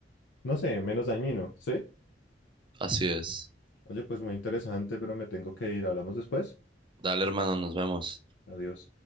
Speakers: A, on the left; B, on the right.
A: no sé, menos dañino, ¿sí?
B: así es.
A: Oye, pues muy interesante, pero me tengo que ir. ¿Hablamos después?
B: Dale, hermano, nos vemos.
A: Adiós.